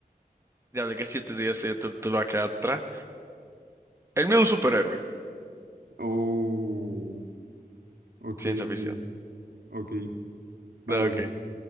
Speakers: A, on the right; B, on the right.
A: Ya hablé que siete días ya tú, tú lo vas a quedar atrás. El mío es un superhéroe.
B: Oh, ok,
A: Ciencia ficción.
B: ok, ok. Vale.
A: Ok.